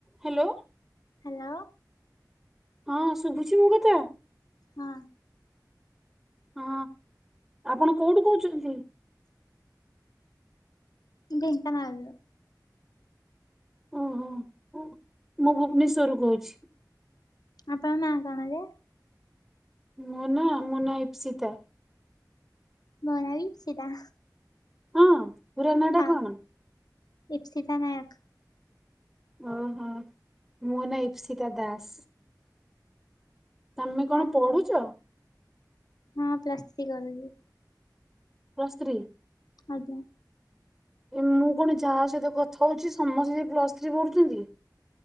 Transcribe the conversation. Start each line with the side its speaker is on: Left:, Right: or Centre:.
Centre: Hello.
Left: Hello.
Centre: ହଁ ଶୁଭୁଛି ମୋ କଥା।
Left: ହଁ।
Centre: ହଁ, ଆପଣ କୋଉଠୁ କହୁଛନ୍ତି?
Left: ଢେଙ୍କାନାଳରୁ।
Centre: ଓହୋ! ମୁଁ ଭୁବନେଶ୍ୱରରୁ କହୁଛି।
Left: ଆପଣ ନାଁ କଣ ଯେ?
Centre: ମୋ ନାଁ ମୋ ନାଁ ଇପ୍ସିତା।
Left: ମୋ ନାଁ ବି ଇପ୍ସିତା।
Centre: ହଁ, ପୁରା ନା
Left: ହଁ
Centre: ଟା କଣ?
Left: ଇପ୍ସିତା ନାୟକ।
Centre: ଓହୋ! ମୋ ନାଁ ଇପ୍ସିତା ଦାସ। ତମେ କଣ
Left: ଆପଣ
Centre: ପଢୁଛ?
Left: ହଁ ପ୍ଲସ୍ ଥ୍ରୀ କରୁଛି।
Centre: Plus three?
Left: ଆଜ୍ଞା।
Centre: ଏ ମୁଁ କଣ ଯାହା ସହିତ କଥା ହଉଛି ସମସ୍ତେ ସେ ପ୍ଲସ୍ ଥ୍ରୀ ପଢ଼ୁଛନ୍ତି।